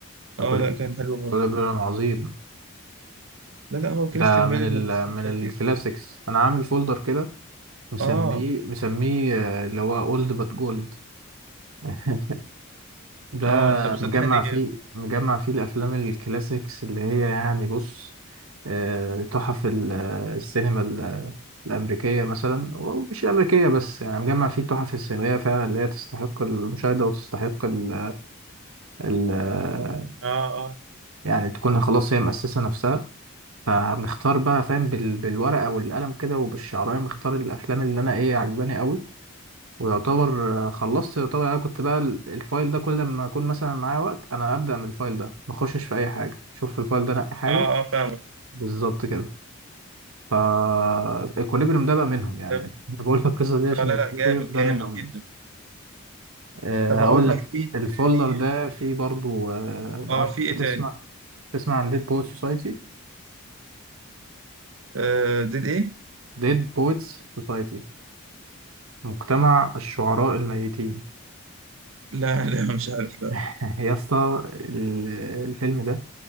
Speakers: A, on the right; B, on the right.
A: اه
B: الكوليب
A: لا كان حلو برضو
B: الكوليب عظيم
A: لا لا هو كريستيان
B: ده من
A: بيل
B: ال
A: من الذين
B: من
A: خطير
B: الكلاسيكس انا عامل فولدر كده مسميه
A: اه
B: مسميه آه، اللي هو اولد بات جولد <laughs> ده
A: اه طب صدقني
B: مجمع
A: جامد
B: فيه مجمع فيه الافلام الكلاسيكس اللي هي يعني بص آه، تحف ال- آه، السينما ال- آه، الامريكيه مثلا ومش الامريكيه بس يعني مجمع فيه التحف السينمائيه فعلا اللي هي تستحق المشاهده وتستحق ال ال- آه،
A: اه اه
B: يعني تكون خلاص هي مؤسسه نفسها فمختار بقى فاهم بال- بالورقه والقلم كده وبالشعرايه مختار الافلام اللي انا ايه عجباني قوي ويعتبر آه، خلصت يعتبر انا كنت بقى ال- الفايل ده كل ما اكون مثلا معايا وقت انا ابدا من الفايل ده ما اخشش في اي حاجه شوف في الفايل ده نقي حاجه
A: اه اه فاهمك
B: بالظبط كده ف الكوليبريم ده بقى منهم يعني
A: طب
B: <laughs> انا بقول لك القصه دي عشان
A: آه لا
B: الكوليبريم
A: لا جامد
B: ده
A: جامد
B: منهم
A: جدا
B: أه
A: طب
B: هقول
A: اقول
B: لك
A: لك مين
B: الفولدر
A: تاني
B: ده فيه برضو أه ما
A: اه
B: اعرفش
A: في ايه
B: انت
A: تاني
B: تسمع تسمع عن ديد بويت سوسايتي
A: آه ديد ايه
B: ديد بويتس سوسايتي مجتمع الشعراء الميتين
A: لا لا مش عارف لا
B: <laughs> يا اسطى ال- الفيلم ده